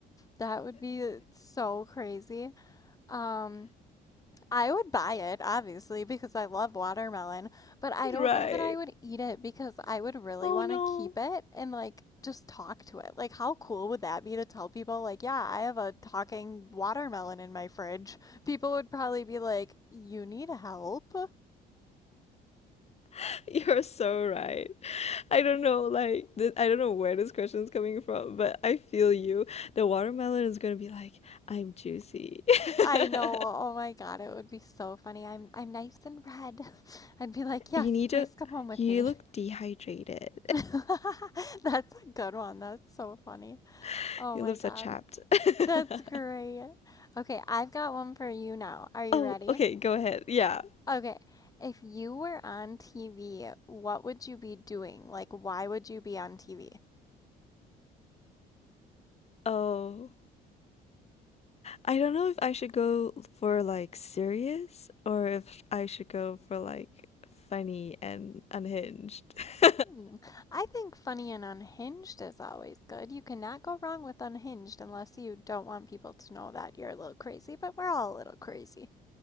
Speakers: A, on the left (about 20°); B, on the left (about 40°).
A: That would be so crazy. Um, I would buy it, obviously, because I love watermelon, but I don't
B: right.
A: know that I would eat it because I would really
B: Oh
A: want
B: no.
A: to keep it and like just talk to it. Like, how cool would that be to tell people, like, yeah, I have a talking watermelon in my fridge? People would probably be like, you need help.
B: <laughs> You're so right. I don't know, like, th- I don't know where this question is coming from, but I feel you. The watermelon is gonna be like, I'm juicy. <laughs>
A: I know. Oh my God, it would be so funny. I'm I'm nice and red. <laughs> I'd be like, yes,
B: You need
A: please
B: to
A: come home with
B: you
A: me.
B: look dehydrated.
A: <laughs> That's a good one. That's so funny.
B: <laughs>
A: Oh
B: Your
A: my
B: lips
A: God.
B: are chapped. <laughs>
A: That's great. Okay, I've got one for you now. Are you
B: Oh,
A: ready?
B: okay, go ahead. Yeah.
A: Okay, if you were on TV, what would you be doing? Like, why would you be on TV?
B: Oh, I don't know if I should go for like serious or if I should go for like funny and unhinged. <laughs>
A: Hmm. I think Funny and Unhinged is always good. You cannot go wrong with Unhinged unless you don't want people to know that you're a little crazy, but we're all a little crazy.